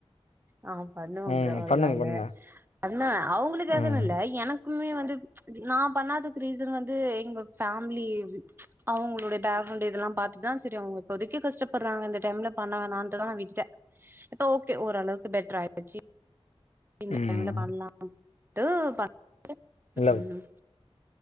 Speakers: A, on the right; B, on the left.
A: ஆ பண்ணுவே
B: ம்
A: ப்ரோ ஒரு
B: பண்ணுங்க
A: நாளு
B: பண்ணுங்க
A: பண்ணுவ அவுங்களுக்காகன்னு
B: ம்
A: இல்ல எனக்குமே வந்து நா பண்ணாதுக்கு ரீசன் வந்து எங்க ஃபேம்லி அவுங்களுடைய பேக்ரவுண்ட் இதெல்லா பாத்துதா செரி அவுங்க இப்போதைக்கு கஷ்டப்பட்றாங்க இந்த டைம்ல பண்ண வேணான் டுதா நா விட்டுட்டே இப்ப ஓகே ஓரளவுக்கு பெட்டர ஆய்டுச்சி இந்த
B: ம்
A: டைம்ல பண்லாம் ட்டு <inaudible>
B: இல்ல
A: ம்